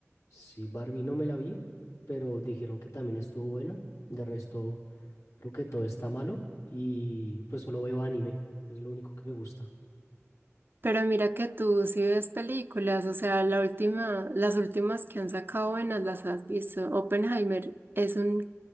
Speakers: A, on the left; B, on the right.
A: Sí, Barbie no me la vi, pero dijeron que también estuvo buena. De resto, creo que todo está malo y pues solo veo anime. Es lo único que me gusta.
B: Pero mira que tú sí ves películas, o sea, la última, las últimas que han sacado buenas las has visto. Oppenheimer es un,